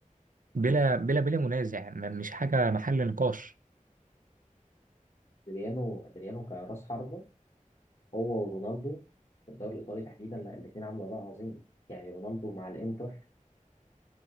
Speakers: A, on the right; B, on the left.
A: بلا بلا بلا منازع ما- مش حاجة محل نقاش
B: ادريانو ادريانو كراس حربة هو ورونالدو في الدوري الإيطالي تحديدا لا الاتنين عملوا أداء عظيم يعني رونالدو مع الإنتر